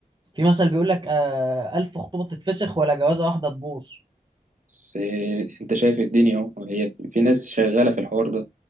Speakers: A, on the right; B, on the right.
A: في مثل بيقول لك آه ألف خطوبة تتفسخ ولا جوازة واحدة تبوظ
B: بس آه، انت شايف الدنيا اهو هي في ناس شغاله في الحوار ده